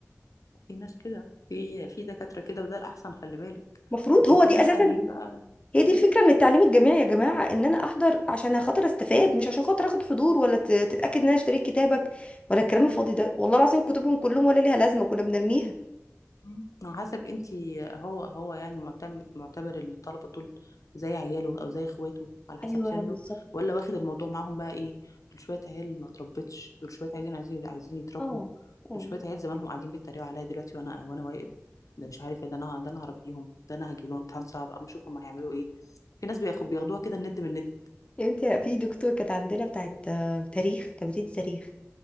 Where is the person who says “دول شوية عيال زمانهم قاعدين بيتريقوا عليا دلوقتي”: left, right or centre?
Left